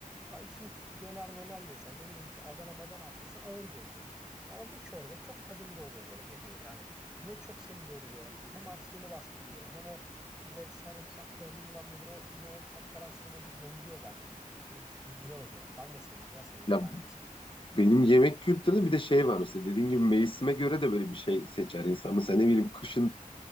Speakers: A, in the centre; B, on the left.
A: Abi şimdi döner möner yesen ne bileyim işte Adana madana attırsan ağır gelecek. Ama bir çorba çok tadında oluyor böyle gece gece. Hani ne çok seni yoruyor hem açlığını bastırıyor hem o ile sarımsaktır bilmem nedir o yoğun tat falan seni böyle doyuruyor bence. Böyle güzel oluyor. Ben de severim ya senin
B: Ya
A: gibi hani mesela.
B: benim yemek kültürü bir de şey var mesela dediğin gibi mevsime göre de böyle bir şey seçer insan. Mesela ne bileyim kışın